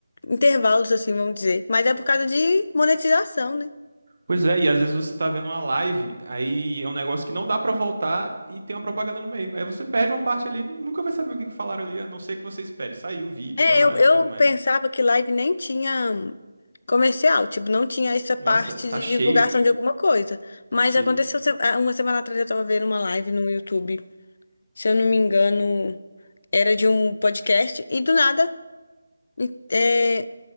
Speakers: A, on the left; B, on the right.
A: intervalos, assim, vamos dizer. Mas é por causa de monetização, né?
B: Pois é, e às vezes você tá vendo uma live, aí é um negócio que não dá pra voltar e tem uma propaganda no meio. Aí você perde uma parte ali, nu- nunca vai saber o que que falaram ali, a não ser que você espere. Saiu o vídeo
A: É,
B: da live
A: eu, eu
B: e tudo mais.
A: pensava que live nem tinha comercial, tipo, não tinha essa
B: Nossa,
A: parte
B: tá
A: de
B: cheio,
A: divulgação de alguma coisa.
B: tá
A: Mas
B: cheio.
A: aconteceu, se- ah, uma semana atrás eu tava vendo uma live no YouTube, se eu não me engano, era de um podcast, e do nada e- é,